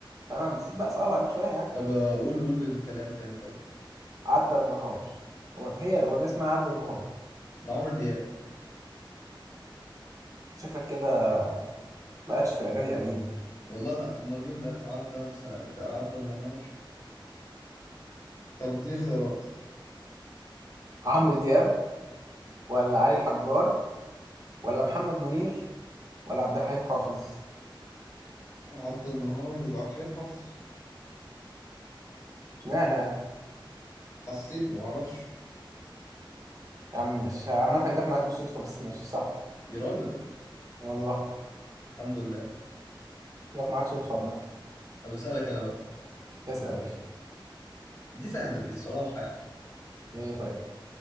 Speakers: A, on the right; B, on the left.
A: فأنا المفروض بقى صعب عليك شوية يعني
B: طب آه، قول قول الكلام تاني طيب
A: عدى النهار و- هي الأغنية اسمها عدى النهار
B: ده عمرو دياب
A: شكلك كده مالكش في الأغاني القديمة
B: والله ده امال مين ده عدى نس- ده عدى النهار طب اديني خيارات
A: عمرو دياب ولا علي الحجار ولا محمد منير ولا عبد الحليم حافظ
B: عدى النهار يبقى عبد الحليم حافظ
A: اشمعنى يا
B: حسيته معرفش
A: عم ماشي عامة جت معاك بالصدفة بس ماشي صح
B: يا راجل
A: والله
B: الحمد لله
A: جت معاك صدفة عامة
B: طب اسألك انا بقى
A: اسأل يا باشا
B: دي سهلة دي الصراحة يعني
A: ايه طيب